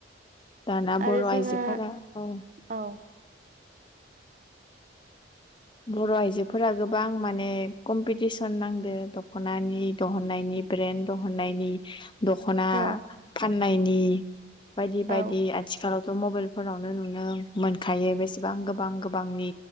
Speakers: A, on the left; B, on the right.
A: दाना
B: आरो
A: बर'
B: जोङो
A: आइजोफोरा औ
B: औ
A: बर' आइजोफोरा गोबां माने कमपिटिसन नांदों दख'नानि दहननायनि ब्रेन दहुननायनि दखना
B: औ
A: फाननायनि बायदि
B: औ
A: बायदि आथिखालावथ' मबाइल फोरावनो नुनो मोनखायो बेसेबां गोबां गोबांनि